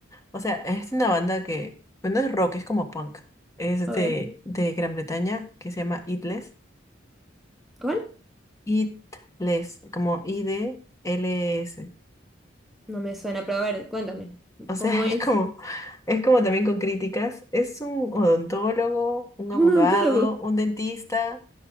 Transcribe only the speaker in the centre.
A
ver,
¿cuál?
No me suena, pero a ver, cuéntame,
¿cómo
es
<laughs> un odontólogo?